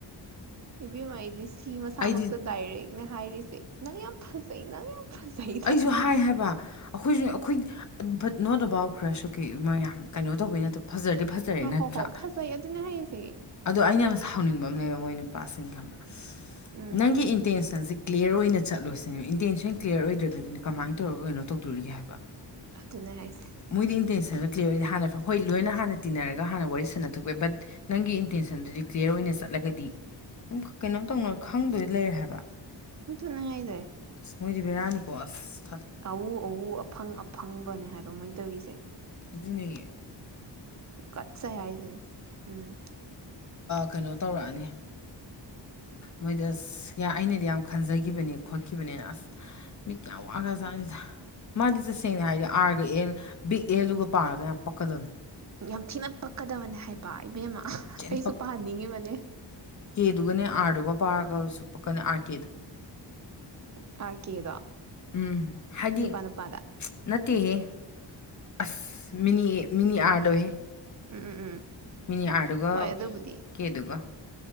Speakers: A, on the right; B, on the left.
A: ꯏꯕ ꯃꯥꯏꯗꯤꯁ ꯁꯤ ꯃꯁꯥꯃꯛꯇ
B: ꯑꯩꯗꯤ
A: ꯗꯥꯏꯔꯦꯛꯅꯦ ꯍꯥꯏꯔꯤꯁꯦ ꯅ ꯌꯥꯝ ꯐꯁꯩꯅ ꯌꯥꯝ ꯐꯖꯩ ꯇꯧꯔ
B: ꯑꯩꯁꯨ ꯍꯥꯏ ꯍꯥꯏꯕ ꯑꯩꯈꯣꯏꯁꯨ ꯑꯩꯈꯣꯏ ꯕꯠ ꯅꯣꯠ ꯑꯕꯥꯎꯠ ꯈꯔ ꯁ ꯀꯦ ꯃꯌꯥꯝ ꯀꯩꯅꯣ ꯇꯧꯕꯩ ꯅꯠꯇꯕ ꯐꯖꯔꯗꯤ ꯐꯖꯔꯦ
A: ꯑ
B: ꯅꯠꯇ꯭ꯔꯥ
A: ꯍꯣ ꯍꯣ ꯐꯖꯩ ꯑꯗꯨꯅꯦ ꯍꯥꯏꯁꯦ
B: ꯑꯗ ꯑꯩꯅ ꯍꯥꯎꯅꯤꯡꯕ ꯑꯃ ꯂꯩꯕ ꯃꯣꯏ ꯅꯨꯄꯥꯁꯤꯡꯒꯕ꯭ꯔ
A: ꯎꯝ
B: ꯅꯪꯒꯤ ꯏꯟꯇꯦꯁ ꯁꯟꯦ꯭ꯂꯤꯌꯥꯔ ꯑꯣꯏꯅ ꯆꯠꯂꯁꯤꯅꯦ ꯏꯟꯇꯦꯟꯁꯟ ꯀ꯭ꯂꯤꯌꯥꯔ ꯑꯣꯏꯗ꯭ꯔꯒ ꯑꯗꯩꯗꯒꯤꯗꯤ ꯀꯃꯥꯏꯅ ꯇꯧꯔꯒ ꯀꯩꯅꯣ ꯇꯧꯗꯣꯔꯤꯒꯦ ꯍꯥꯏꯕ
A: ꯑꯗꯨꯅꯦ ꯍꯥꯏꯁꯦ
B: ꯃꯣꯏꯗꯤ ꯏꯟꯇꯦꯟꯁꯟꯗꯣ ꯀ꯭ꯂꯤꯌꯥꯔ ꯑꯣꯏꯗꯤ ꯍꯥꯟꯅ ꯍꯣꯏ ꯂꯣꯏꯅ ꯍꯥꯟꯅ ꯇꯤꯟꯅꯔꯒ ꯍꯥꯟꯅ ꯋꯥꯔꯤ ꯁꯥꯟꯅꯊꯣꯛꯄꯦ ꯕꯠ ꯅꯪꯒꯤ ꯏꯟꯇꯦꯟꯁꯟꯗꯨꯗꯤ ꯀ꯭ꯂꯤꯌꯥꯔ ꯑꯣꯏꯅ ꯆꯠꯂꯒꯗꯤ ꯑꯗꯨꯝ ꯀꯩꯅꯣꯝ ꯇꯧꯅ ꯈꯪꯗꯣꯏꯗꯤ ꯂꯩꯔꯦ ꯍꯥꯏꯕ
A: ꯆ ꯅꯅꯨꯡꯉꯗꯦ
B: ꯑꯁ ꯃꯣꯏꯗꯤ ꯕꯔꯥꯅꯤ ꯈꯣꯁ
A: ꯑꯎ ꯑꯎ ꯑꯐꯪ ꯑꯐꯪꯕꯅꯦ ꯍꯥꯏꯕ ꯃꯣꯏꯅ ꯇꯧꯔꯤꯁꯦ
B: ꯑꯗꯨꯨꯅꯤ
A: ꯀꯠ ꯁꯦ ꯍꯥꯏ ꯍꯥꯏꯗꯅꯦ ꯎꯝ
B: ꯀꯩꯅꯣ ꯇꯧꯔꯛꯑꯅꯤ ꯃꯣꯏꯗ ꯑꯁ ꯑꯩꯅꯗꯤ ꯌꯥꯝ ꯈꯟꯖꯈꯤꯕꯅꯤ ꯈꯣꯠꯈꯤꯕꯅꯤꯅ ꯑꯁ ꯃꯤꯠ ꯀꯌꯥꯝ ꯋꯥꯈ꯭ꯔ ꯆꯥꯗ ꯃꯥꯗꯤ ꯇꯁꯦꯡꯅ ꯍꯥꯏꯗꯤ ꯑꯥꯔꯒ ꯑꯦꯜ ꯕꯤꯒ ꯑꯦꯜꯗꯨꯒ ꯄꯥꯔꯒ ꯌꯥꯝ ꯄꯛꯀꯗꯕꯅꯤ
A: ꯌꯥꯝ ꯊꯤꯅ ꯄꯛꯀꯗꯕꯅꯦ ꯍꯥꯏꯕ ꯏꯕꯦꯝꯃ
B: ꯊꯤꯅ
A: ꯑꯩꯁꯨ ꯄꯥꯍꯟꯅꯤꯡꯉꯤꯕꯅꯦ
B: ꯑꯗꯨꯒꯗꯨꯅꯦ ꯑꯔꯒꯣ ꯄꯒꯁꯨ ꯄꯀꯅ ꯍꯥꯀꯦꯗ
A: ꯀꯥꯏ ꯀꯗꯣ
B: ꯎꯝ ꯍꯥꯏꯗꯤ
A: ꯅꯨꯄꯥꯥꯟ ꯅꯨꯄꯥꯥꯗ
B: ꯅꯠꯇꯦꯍꯦ ꯑꯁ ꯃꯤꯅꯤ ꯃꯤꯅꯤ ꯑꯥꯔꯗꯣꯍꯦ
A: ꯎꯝ ꯎꯝ ꯎꯝ
B: ꯃꯤꯅꯤꯑꯥꯔꯗꯨꯒ
A: ꯍꯣꯏ ꯑꯗꯨꯕꯨꯗꯤ
B: ꯀ‌ꯦꯗꯨꯒ